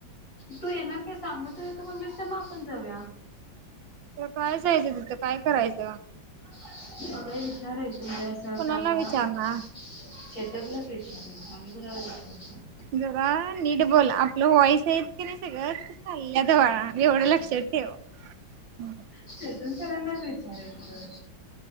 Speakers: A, on the left; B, on the right.
A: तू येणार काय सांग तू येतो म्हणलीस तर आपण जाऊया.
B: तर काय जायचं तिथं काय करायचं
A: बघय विचारय. तसं असं
B: कोणाला
A: आम्हाला
B: विचारणार
A: शेतातलाच विचार आणि कुणाला विचार.
B: जरा नीट बोल आपलं वॉईस हेत की नाही सगळं चालल्यात बाळा एवढं लक्षात ठेव. हम्म.
A: चेतन सरानांच विचारायचं.